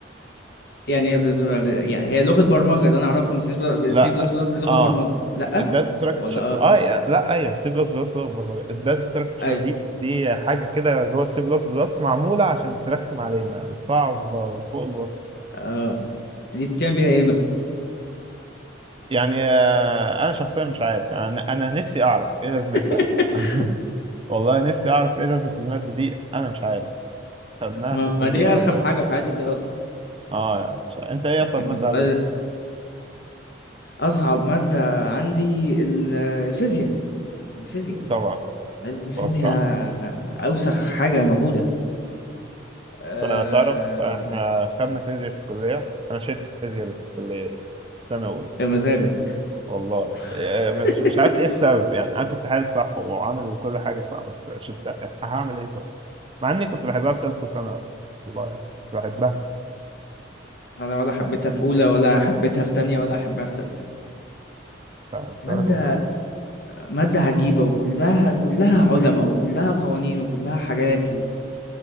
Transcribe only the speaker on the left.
يعني ب- ب- يعني هي لغة برمجة اللي انا اعرفه ان سي
بلس بلس دي لغة
برمجة لا
ولا اه
ايوه
اه دي بتعمل بيها ايه مثلا
<laughs>
ما
دي ارخم
حاجة في حياة الدراسة
انك
بتبقى
اصعب مادة عندي ال- الفيزياء الفيزياء
الفيزياء
اوسخ حاجة موجودة آه،
يا مزاجك
<laughs>
انا ولا حبيتها في اولى ولا حبيتها في تانية ولا حبيتها في تالتة
مادة
مادة عجيبة وكلها كلها علماء وكلها قوانين وكلها حاجات و...